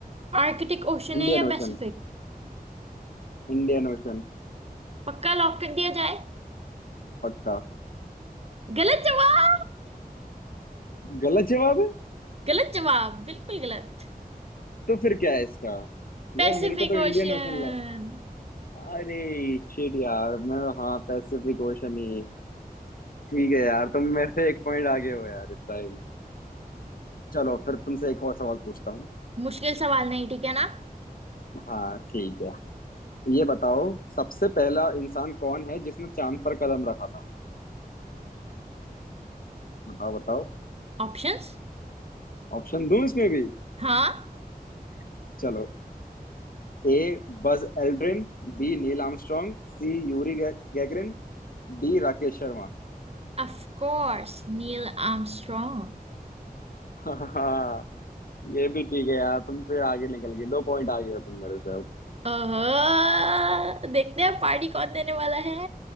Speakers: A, on the right (about 40°); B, on the left (about 65°).
A: आर्कटिक ओशन
B: Indian
A: है या
B: Ocean
A: पैसिफिक
B: Indian Ocean
A: पक्का लॉक कर दिया जाए
B: पक्का
A: गलत जवाब
B: गलत जवाब है
A: गलत जवाब बिल्कुल गलत
B: तो फिर क्या है इसका
A: Pacific
B: यार मेरे को तो इंडियन
A: ocean
B: ओशन अरे शिट यार मैं हाँ पैसिफिक ओशन ही ठीक है यार तुम मेरे से एक पॉइंट आगे हो यार इस टाइम चलो फिर तुमसे एक और सवाल पूछता हूँ
A: मुश्किल सवाल नहीं ठीक है ना
B: हाँ ठीक है ये बताओ सबसे पहला इंसान कौन है जिसने चांद पर कदम रखा था बताओ बताओ
A: ऑप्शंस
B: ऑप्शन दूं इसमें भी
A: हाँ
B: <laughs> चलो A Buzz Aldrin B Neil Armstrong C Yuri गे, Gagarin D Rakesh Sharma
A: Of course Neil Armstrong
B: हाँ <laughs> ये भी ठीक है यार तुम फिर आगे निकल गए दो पॉइंट आगे हो तुम मेरे से अब
A: Oh देखते हैं पार्टी कौन देने वाला है